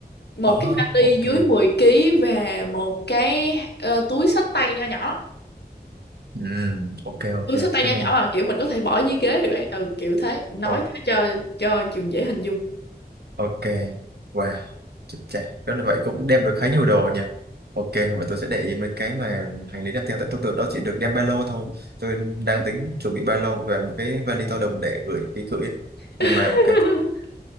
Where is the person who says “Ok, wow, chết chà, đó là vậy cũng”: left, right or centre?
Right